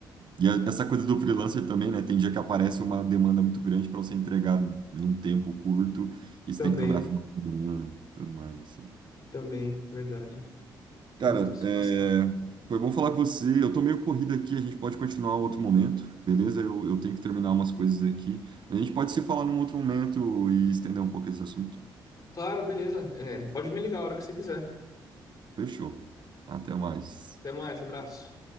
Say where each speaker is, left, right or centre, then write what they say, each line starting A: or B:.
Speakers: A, on the right; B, on the left.
A: E a- essa coisa do freelancer também, né? Tem dia que aparece uma demanda muito grande para você entregar num tempo curto e você
B: Também,
A: tem que trabalhar final de semana, tudo mais, assim.
B: também, verdade.
A: Cara,
B: Tem muita situação.
A: é, foi bom falar com você. Eu tô meio corrido aqui, a gente pode continuar em outro momento, beleza? Eu, eu tenho que terminar umas coisas aqui. A gente pode se falar num outro momento e estender um pouco esse assunto.
B: Claro, beleza. É, pode me ligar a hora que você quiser.
A: Fechou. Até mais.
B: Até mais, abraço.